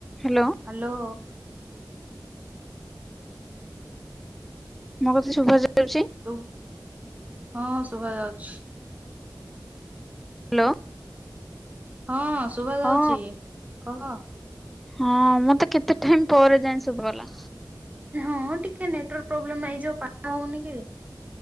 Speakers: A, in the centre; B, on the right (about 20°).
A: Hello.
B: Hello.
A: ମୋ କଥା ଶୁବା ଯାଉଚି?
B: ଟୁ ହଁ ଶୁଭା ଯାଉଛି।
A: ଲୋ
B: ହଁ। ଶୁଭା ଯାଉଛି
A: ହଁ
B: କହ।
A: ହଁ ମତେ କେତେ ଟାଇମ୍ ପରେ ଯାଇଁ ଶୁଭା ଗଲା।
B: ହଁ ଟିକେ ନେଟୱାର୍ ପ୍ରୋବ୍ଲେମ୍ ଏଇ ଯୋଉ ପା ମ ହଉନି କି?